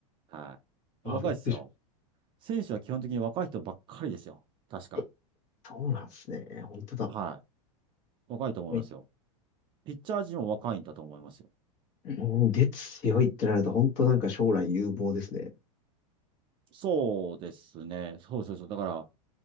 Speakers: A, on the right (about 30°); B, on the left (about 45°).
A: はい。
B: あ、
A: 若いですよ。
B: びっくりしまし
A: 選手は基本的に若い人ばっかりですよ。確か。
B: たえ、そうなんですね。本当だ。
A: はい。若いと思いますよ。
B: これ
A: ピッチャー陣も若いんだと思いますよ。
B: うん、で強いってなると、本当なんか将来有望ですね。
A: そうですね。そうそうそう。だから、